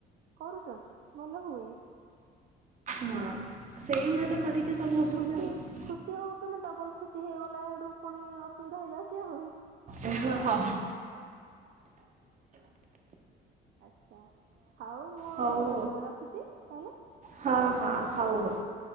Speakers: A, on the right; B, on the right.
A: କରୁଛନ୍ତି ଭଲ ହୁଏ
B: ହଁ ସେଂର ତ କରିକି ସବୁ ଅସୁବିଧା
A: ଖୁସି ଖୁସି ହଉଛ ଡବଲ ଖୁସି ହେଇଗଲା ଏଡୁ ପୁଣି ଅସୁବିଧା ହେଇଯାଉଛି ଆଉ
B: ଓ ହ
A: ଆଚ୍ଛା ହଉ ମୁଁ
B: ହଉ
A: ରଖୁଛି ତାହେଲେ
B: ହଁ ହଁ ହଉ ହଉ